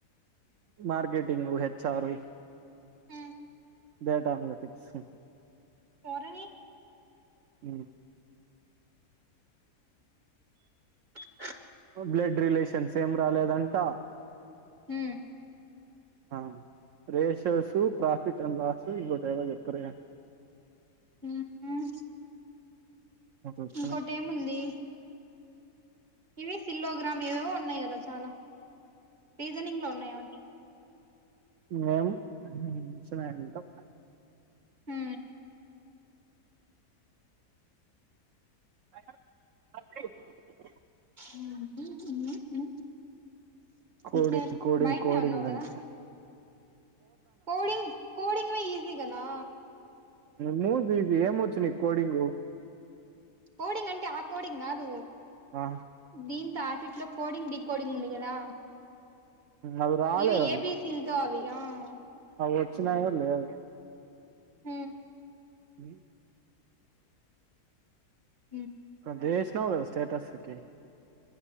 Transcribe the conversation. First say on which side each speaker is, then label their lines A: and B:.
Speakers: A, on the right; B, on the right.
A: మార్కెటింగ్ హెచ్చారు
B: ఆ
A: డేటా <unintelligible>
B: పోరని
A: అ
B: హ
A: బ్లడ్ రిలేషన్స్ ఏ రాలేదంట
B: హ
A: ఆ రేషర్సు ప్రాఫిట్ అండ్ లాస్ ఇంకోటి ఎదో చెపుతారుగా
B: హ
A: వచ్చినాయి
B: ఇంకోటి ఏముంది ఇవి సిల్లోగ్రామ్ ఇవేవో ఉన్నాయి కదా చాలా రీజనింగ్ లో ఉన్నాయి అవన్నీ
A: మేము <unintelligible>
B: హ
A: <unintelligible>
B: ఉమ్, ఉమ్, ఉమ్.
A: కోడింగ్
B: ఇక
A: కోడింగ్
B: బయటనే
A: కోడింగ్
B: ఉన్నావు
A: అంత
B: కదా కోడింగ్ కోడింగ్ ఈజ దిగనా
A: మూది ఇది ఏమ వచ్చు నీకు కోడింగు
B: కోడింగ్ అంటే ఆ కోడింగ్ కాదు
A: ఆ
B: దీ టాపిక్ కోడింగ్గ డి కోడింగ్ంది కదా
A: అవి రాలేదంట
B: ఇవి ఏబిసి తో అవి ఆ అ
A: ఆ వచ్చినయో లేదొ
B: హ
A: అ
B: అ
A: పెద్ద ఏసినావు కదా స్టేటస్ కి